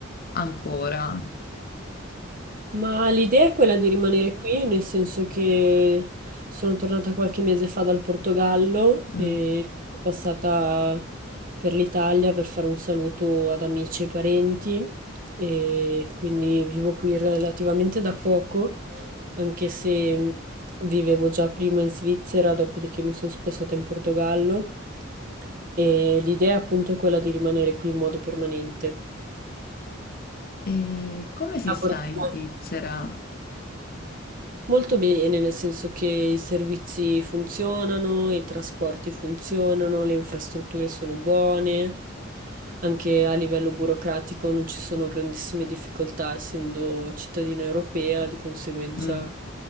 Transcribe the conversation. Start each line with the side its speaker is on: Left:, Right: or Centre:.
Left: ancora?
Right: Ma l'idea è quella di rimanere qui, nel senso che sono tornata qualche mese fa dal Portogallo
Left: Mm.
Right: e sono passata per l'Italia per fare un saluto ad amici e parenti e quindi vivo qui relativamente da poco, anche se vivevo già prima in Svizzera, dopodiché mi sono spostata in Portogallo e l'idea appunto è quella di rimanere qui in modo permanente.
Left: E come si
Right: Lavorare.
Left: sta in Svizzera?
Right: Molto bene, nel senso che i servizi funzionano, i trasporti funzionano, le infrastrutture sono buone, anche a livello burocratico non ci sono grandissime difficoltà, essendo cittadina europea, di conseguenza
Left: Mm.